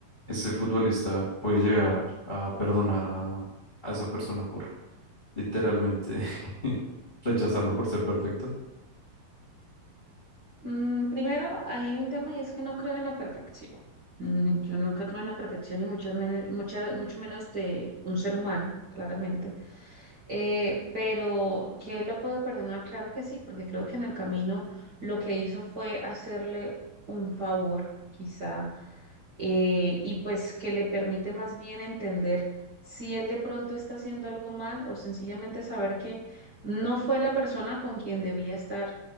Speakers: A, on the left; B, on the right.
A: ese futbolista puede llegar a perdonar a, a esa persona por literalmente <laughs> rechazarlo por ser perfecto?
B: Mm, primero, ahí hay un tema y es que no creo en la perfección. Mm, yo nunca creo en la perfección y mucho, men- mucha- mucho menos de un ser humano, claramente. Eh, pero que él lo puedo perdonar, claro que sí, porque creo que en el camino lo que hizo fue hacerle un favor, quizá eh, y pues que le permite más bien entender si él de pronto está haciendo algo mal o sencillamente saber que no fue la persona con quien debía estar